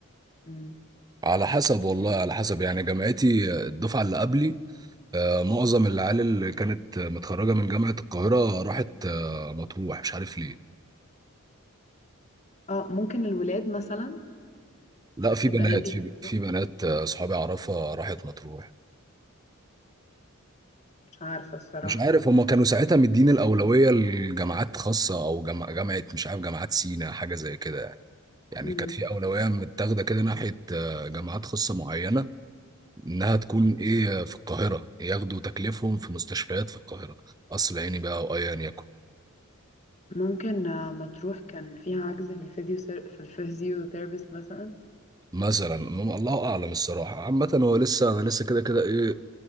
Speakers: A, on the left; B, on the right.
A: مم.
B: على حسب والله على حسب يعني جامعتي الدفعه اللي قبلي آه، معظم العيال اللي كانت متخرجه من جامعه القاهره راحت آه، مطروح مش عارف ليه
A: اه ممكن الولاد مثلا
B: لا
A: بس
B: في بنات
A: البنات بيبقى
B: في في
A: ليها-
B: بنات آه، صحابي اعرفها راحت مطروح
A: مش عارفه الصراحه
B: مش عارف هما كانوا ساعتها مدين الأولوية لجامعات خاصة أو جامعة جامعة مش عارف جامعات سينا حاجة زي كده يعني
A: مم.
B: كانت في أولوية متاخدة كده ناحية آه، جامعات خاصة معينة إنها تكون إيه آه، في القاهرة ياخدوا تكليفهم في مستشفيات في القاهرة قصر عيني بقى أو أيا يكن
A: ممكن آه، مطروح كان فيها عجز في الفيزيو في الفيزيوثيرابيست مثلا
B: مثلا م- الله أعلم الصراحة عامة هو لسه أنا لسه كده كده إيه